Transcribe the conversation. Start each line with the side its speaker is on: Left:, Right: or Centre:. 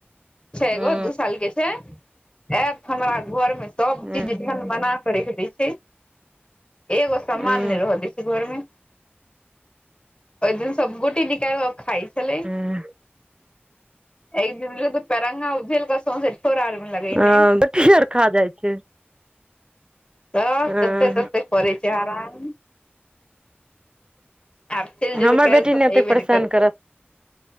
Left: छै
Right: हूँ
Left: एगो दू साल के छै। एत हमरा घरमे सब
Right: हूँ
Left: चीज ढैन मना कऽ रैख दै छै। एगो समान
Right: हूँ
Left: नै रहा दै छै घर मे। ओय दिन सब गोटी निकाल के खाय छलै।
Right: हूँ
Left: एक दिन तऽ पैर रंगा उझल के सौंसे ठोड़ आर मे लगैनै।
Right: हँ गोटी आर खा जाय छै।
Left: त
Right: हँ
Left: तत्ते-तत्ते करै छै हरान। आब चलि जेबै
Right: हमर
Left: काल्हि
Right: बेटी
Left: सँ
Right: नै
Left: तऽ
Right: ओते
Left: एबे
Right: परेशान
Left: नहि करतै
Right: करत।